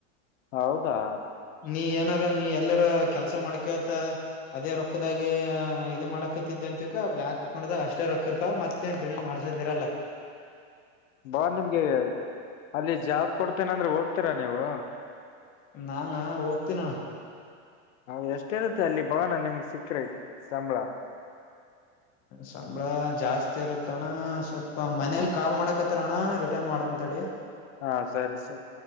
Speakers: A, on the left; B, on the left.
A: ಹೌದಾ
B: ನೀ ಏನಾರ ನೀ ಎಲ್ಲಾರ ಕೆಲ್ಸ ಮಾಡ್ಕ ಆತ ಅದೇ ರೊಕ್ಕದಾಗ ಇದು ಮಾಡಾಕತಿದ್ದ ಅಂತಿಕ ಬ್ಲ್ಯಾಕ್ ಹಾಕೊಂಡಾಗ ಅಷ್ಟೇ ರೊಕ್ಕ ಇರ್ತಾವ ಮತ್ ಇತ್ತೇನ್ರಿ ನೀ ಮಾಡ್ಸದಿರಲ್ಲ
A: ಬಾ ನಿಮ್ಗೆ ಅಲ್ಲಿ ಜಾಬ್ ಕೊಡ್ತೇನೆ ಅಂದ್ರೆ ಹೋಗ್ತೀರಾ ನೀವು
B: ನಾಾನ ಹೋಗ್ತೀನ
A: ಹ ಎಷ್ಟಿರುತ್ತೆ ಅಲ್ಲಿ ಭವಾನ ನಿಮ್ಗೆ ಸಿಕ್ರೆಟ್ ಸಂಬಳ
B: ಸಂಬಳ ಜಾಸ್ತಿ ಇರುತ್ತಣ ಸ್ವಲ್ಪ ಮನೇಲಿ ಕಾಲ್ ಮಾಡಾಕತಾರ ಅಣ್ಣ ರಿಟರ್ನ್ ಮಾಡ್ತಿನಿ ತಡಿ.
A: ಹಾ ಸರಿ ಸರಿ